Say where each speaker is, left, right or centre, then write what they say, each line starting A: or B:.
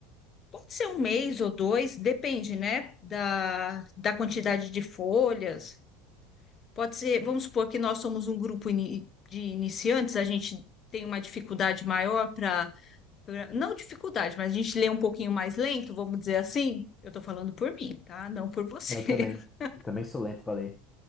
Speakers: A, on the left; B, on the left.
A: pode ser um mês ou dois, depende, né, da, da quantidade de folhas. Pode ser, vamos supor que nós somos um grupo ini- de iniciantes, a gente tem uma dificuldade maior para, não dificuldade, mas a gente lê um pouquinho mais lento, vamos dizer assim. Eu estou falando por mim, tá? Não por você.
B: Eu também.
A: <laughs>
B: Eu também sou lento pra ler.